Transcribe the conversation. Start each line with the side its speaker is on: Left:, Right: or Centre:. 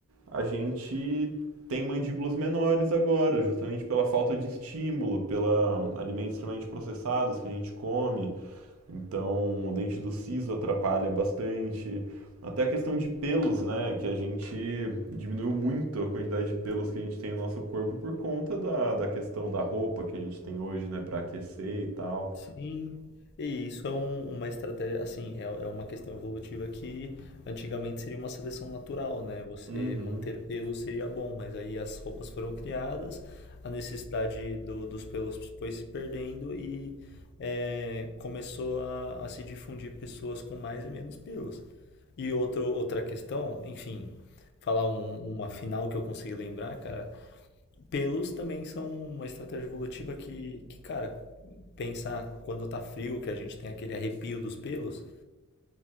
Right: a gente tem mandíbulas menores agora, justamente pela falta de estímulo, pela alimentos extremamente processados que a gente come, então, o dente do siso atrapalha bastante. Até a questão de pelos, né? Que a gente diminuiu muito a quantidade de pelos que a gente tem no nosso corpo por conta da, da questão da roupa que a gente tem hoje, né? Pra aquecer e tal.
Left: Sim, e isso é um- uma estratégia, assim, é, é uma questão evolutiva que antigamente seria uma seleção natural, né? Você
Right: Uhum.
Left: manter pelos seria bom, mas aí as roupas foram criadas, a necessidade do- dos pelos foi se perdendo e é, começou a, a se difundir pessoas com mais e menos pelos. E outro, outra questão, enfim, falar um- uma final que eu consegui lembrar, cara, pelos também são uma estratégia evolutiva que, que, cara, pensar quando tá frio, que a gente tem aquele arrepio dos pelos,